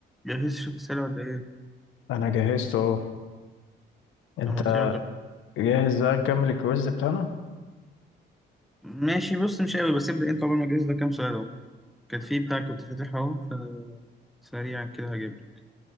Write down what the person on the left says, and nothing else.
انا جهزت اهو انت
جاهز بقى نكمل الكويز بتاعنا